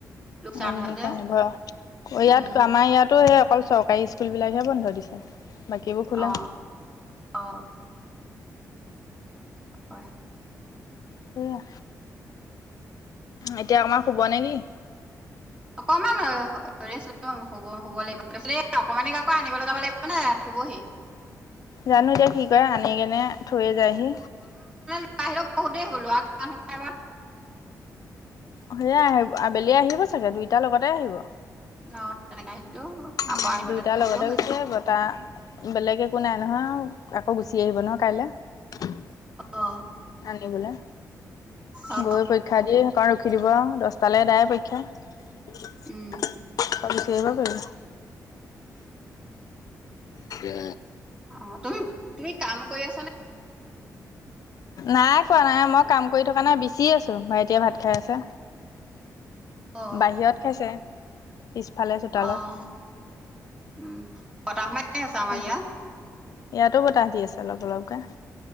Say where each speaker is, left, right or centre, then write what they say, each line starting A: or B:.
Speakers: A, on the right (about 15°); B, on the left (about 65°).
A: লোকচান
B: আজি
A: হয়
B: সেইকাৰণে
A: যে
B: ব ইয়াত
A: উম
B: আমাৰ ইয়াতো সেই, অকল চৰকাৰী স্কুলবিলাকহে বন্ধ দিছে বাকীবোৰ খোলা।
A: অ অ হয়।
B: য়া এতিয়া আমাক শুব নেকি?
A: অকমান হব হ'ব লাগিব তাৰপিছত এই অকমানিক আকৌ আনিবলৈ যাব লাগিব নে শুবহি
B: জানো এতিয়া কি কৰে আনি গেনে থৈয়ে যায়হি
A: বাহিৰত বহুত দেৰি হ'লো আৰু বাৰ
B: সেয়াই আহিব আবেলি আহিব চাগে দুইটাৰ লগতে আহিব।
A: অহ, তেনেকা আহিলেও আকৌ
B: উ
A: আনিবলৈ
B: দুইটাৰ
A: নগলেও
B: লগতে
A: হৈ
B: গুচি
A: যায় তেতিয়া
B: বতাহ বেলেগ একো নাই। নহয় আকৌ গুচি আহিব নহয় কাইলে।
A: অ
B: আনিবলে,
A: অ
B: গৈ পৰীক্ষা দি সেইকাৰণে ৰখি দিব দহ তালে দাই অপেক্ষা। তাল
A: উম
B: সেইবা পছ এ
A: অহ', তুমি, তুমি কাম কৰি আছানে?
B: নাই কোৱা নাই মই কাম কৰি থকা নাই বিচি আছোঁ ভাইটিয়ে ভাত খাই আছে।
A: অ
B: বাহিৰত খাইছে। পিছফালে চোতালত
A: অহ', উম' বতাহ মাৰি আছে আমাৰ
B: তাৰপা
A: ইয়াত।
B: ইয়াতো বতাহ দি আছে অলপ অলপকে,